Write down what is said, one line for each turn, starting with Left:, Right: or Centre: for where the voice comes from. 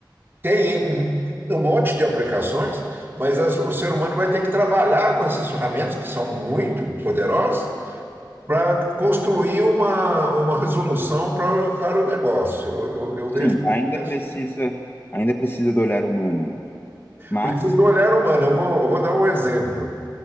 Right: tem um, um monte de aplicações, mas as- o ser humano vai ter que trabalhar com essas ferramentas, que são muito poderosas, para construir uma, uma resolução para, o para o negócio. Eu, eu, eu
Left: Sim,
Right: vejo.
Left: ainda precisa,
Right: isso.
Left: ainda precisa do olhar humano ainda. Mas,
Right: Precisa do olhar humano. Eu vou, eu vou dar um exemplo.
Left: aham,